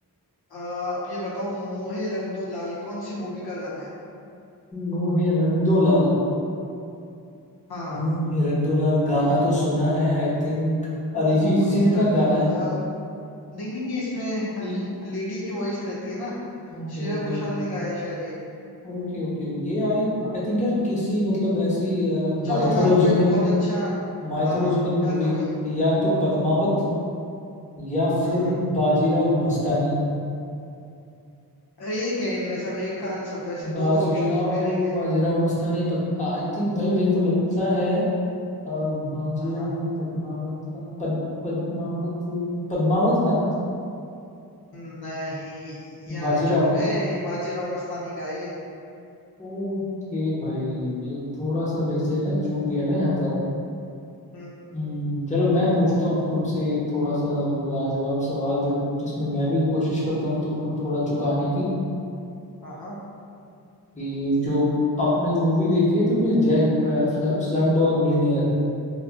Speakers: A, on the left; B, on the left.
A: अ, आप ये बताओ मोहे रंग दो लाल कौन सी मूवी का गाना है
B: मुँह है रंगदो लाल
A: हाँ
B: हम्म, रंग दुलाल गाना
A: मोहे
B: तो
A: रंग
B: सुना है आई थिंक अरिजीत
A: मोहे
B: सिंह का
A: रंग
B: गाना
A: दो
B: है
A: लाल नहीं नहीं ये इसमें हल- लेडी की वॉइस रहती है ना
B: Okay
A: श्रेया
B: okay
A: घोषाल
B: okay
A: ने गाया है शायद ये
B: Okay okay ये आई आई थिंक यार किसी मतलब ऐसी
A: चलो
B: माइथोलॉजिकल
A: मैं आपको एक बहुत अच्छा
B: माइथोलॉजिकल
A: हाँ है
B: मूवी
A: तो वही
B: या तो पद्मावत या फिर
A: हम्म
B: बाजीराव मस्तानी
A: एक है इनमें सब एक का आंसर दो ऐसे
B: बाजीराव
A: दो दो ऑप्शंस थोड़ी रहेंगे
B: बाजीराव मस्तानी पद आई थिंक भाई मेरे को लगता है अ, बाजीराव
A: हाँ हाँ
B: या पद्मावत का- पद, पद्मावत पद्मावत का
A: नहीं यहाँ
B: बाजीराव
A: चूक गए ये बाजीराव मस्तानी का ही है
B: ओके भाई ये थोड़ा सा मेरे से ना चूक गया ना यहाँ पर
A: हम्म,
B: हम्म चलो मैं पूछता हूँ अब तुमसे एक थोड़ा सा लाजवाब सवाल जो जिसमें मैं भी कोशिश करता हूँ तुमको थोड़ा चुकाने की
A: हाँ हाँ
B: कि जो अपनी मूवी देखी है तुमने जय स्लम डॉग मिलियनेयर